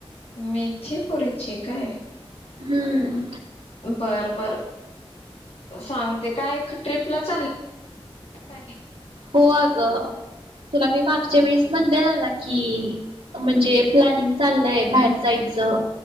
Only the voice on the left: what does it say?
मेथी पुरीची काय?
बर बर सांगते, काय ट्रीपला चालला काय?
हम्म.